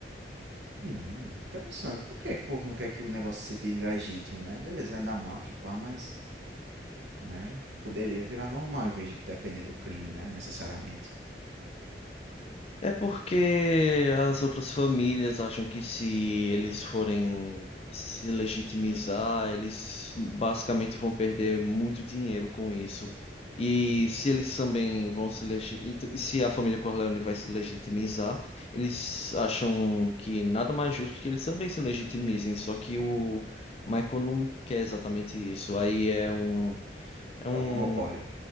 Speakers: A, on the right; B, on the left.
A: Hum, interessante. Por que que o povo não quer que o negócio se vire legítimo, né. Beleza, é da máfia pá, mas, né, poderia virar normal em vez de depender do crime, né, necessariamente.
B: É porque as outras famílias acham que se eles forem se legitimizar, eles basicamente vão perder muito dinheiro com isso. E se eles também vão se legi... ent- se a família Corleone vai se legitimizar, eles acham que nada mais justo que eles também se legitimizem, só que o Michael não quer exatamente isso. Aí é um é um
A: É o monopólio.